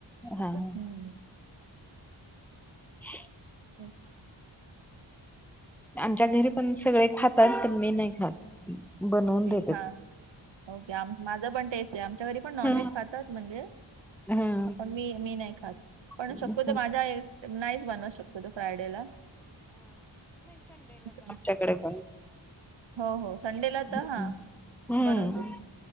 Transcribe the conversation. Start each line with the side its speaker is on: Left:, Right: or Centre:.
Right: मस्त
Centre: हा
Right: हम्म
Centre: <unintelligible>
Right: हम्म
Centre: आमच्या घरी पण सगळे खातात, पण मी नाही खात बनवून
Right: ओके,
Centre: देतेत
Right: हां. ओके आ माझं पण तेच आहे, आमच्या घरी पण नॉनव्हेज
Centre: हं,
Right: खातात म्हणजे
Centre: हं,
Right: पण मी मी नाही खात, पण
Centre: हं,
Right: शक्यतो माझ्या, नाहीच बनव शक्यतो फ्रायडे ला. <unintelligible>
Centre: कडे पण
Right: हो हो संडेला
Centre: हं,
Right: तर हा,
Centre: हं.
Right: बनवतोच